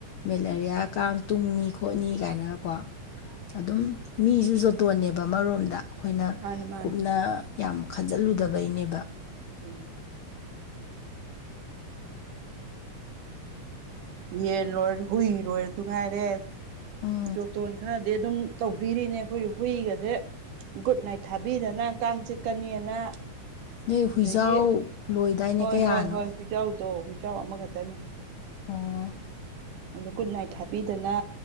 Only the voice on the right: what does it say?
ꯍꯣꯏ
ꯃꯥꯅꯦ ꯃꯥꯅꯦ
ꯍꯝ ꯌꯦꯟ ꯂꯣꯏꯔ ꯍꯨꯏ ꯂꯣꯏꯔꯁꯨ ꯉꯥꯏꯔꯦ
ꯌꯣꯇꯣꯟ ꯈꯔꯗꯤ ꯑꯗꯨꯝ ꯇꯧꯕꯤꯔꯤꯅꯦ ꯑꯩꯈꯣꯏ ꯍꯨꯏꯒꯁꯦ ꯒꯨꯗ ꯅꯥꯏꯠ ꯊꯥꯕꯤꯗꯅ ꯆꯠꯀꯅꯤꯅ
ꯑꯗꯒꯤ
ꯍꯣꯏ
ꯍꯣꯏ ꯍꯣꯏ ꯍꯨꯏꯖꯥꯎꯗꯣ ꯍꯨꯏꯖꯥꯎ ꯑꯃꯈꯛꯇꯅꯤ
ꯑꯩꯣꯟꯗ ꯒꯨꯗ ꯅꯥꯏꯠ ꯊꯥꯕꯤꯗꯅ